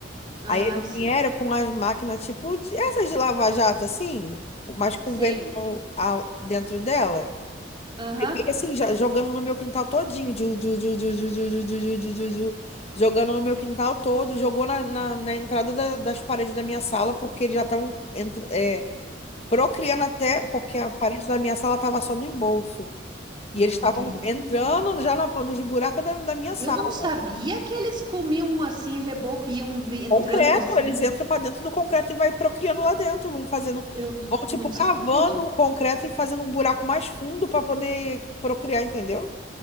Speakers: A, on the right; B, on the left.
A: Ah,
B: Aí eles
A: sim.
B: vieram com as máquinas, tipo, de- essas de lava-jato, assim, mas com
A: Sei.
B: vento a- dentro dela.
A: Aham.
B: E fica assim, já- jogando no meu quintal todinho, ju, ju, ju, ju, ju, ju, ju, ju, ju, ju, ju, ju, jogando no meu quintal todo, jogou na, na, na entrada da- das paredes da minha sala, porque eles já estavam entre- é, procriando até, porque a parede da minha sala estava só no embolso.
A: Meu
B: E eles estavam
A: Deus.
B: entrando já na, nos buracos da, da minha sala.
A: Eu não sabia que eles comiam assim, reboco, e iam vi- entrando
B: Concreto,
A: assim.
B: eles entram para dentro do concreto e vai procriando lá dentro, vão fazendo,
A: Eu n-
B: vão tipo
A: não sabia
B: cavando
A: disso.
B: o concreto e fazendo um buraco mais fundo para poder procriar, entendeu?